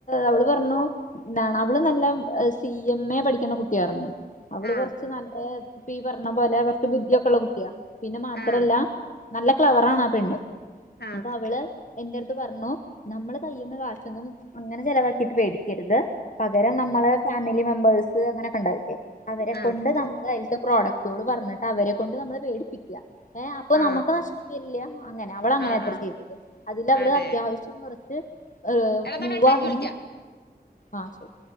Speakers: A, on the left; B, on the left.
A: അവള് പറഞ്ഞു എന്താണ് അവള് നല്ല സി എം എ പഠിക്ക്‌ണ കുട്ടിയാർന്നു അവള്
B: ആഹ്
A: കൊറച്ച് നല്ല ഇപ്പൊ ഈപറഞ്ഞ പോലെ കുറച്ച് ബുദ്ധിയക്കെുള്ള കുട്ടിയാ പിന്നെ മാത്രല്ല
B: ആഹ്
A: നല്ല ക്ലവറ് ആണ് ആ പെണ്ണ്
B: ആഹ്
A: അപ്പൊ അവള് എന്റെ അടുത്ത് പറഞ്ഞു നമ്മള് കയ്യിന്ന് കാശൊന്നും അങ്ങനെ ചെലവാക്കിട്ട് വേടിക്കരുത് പകരം നമ്മളെ ഫാമിലി മെമ്പേഴ്സ് അങ്ങനെയൊക്കെ ഉണ്ടാകില്ലേ അവരെ
B: ആഹ്
A: കൊണ്ട്
B: ആഹ്
A: നമ്മള് അയില്ത്തെ പ്രോഡക്റ്റുകൾ പറഞ്ഞിട്ട് അവരെ കൊണ്ട് നമ്മള് വേടിപ്പിക്കുക ഏ അപ്പൊ
B: ആഹ്
A: നമ്മുക്ക് നഷ്ടം വരില്ല അങ്ങനെ അവള് അങ്ങനെ
B: ആഹ്
A: ത്തരെ
B: ആഹ്
A: ചെയ്തത് അതില് അവള്
B: അതെ
A: അത്യാവിശ്യം കൊറച്ച്
B: എടന്നാ
A: മൂവാകണം
B: കട്ടാക്കി വിളിക്കാം
A: ആഹ് ശരി